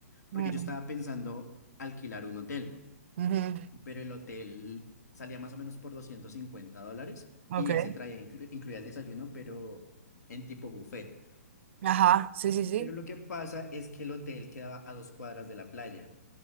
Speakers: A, on the left; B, on the right.
A: porque
B: Mm,
A: yo estaba pensando alquilar un hotel,
B: ujú,
A: pero el hotel salía más o menos por 250 dólares
B: Ok.
A: y ese traía, inclu- incluía el desayuno, pero en tipo buffet.
B: Ajá, sí, sí, sí.
A: Pero lo que pasa es que el hotel quedaba a dos cuadras de la playa.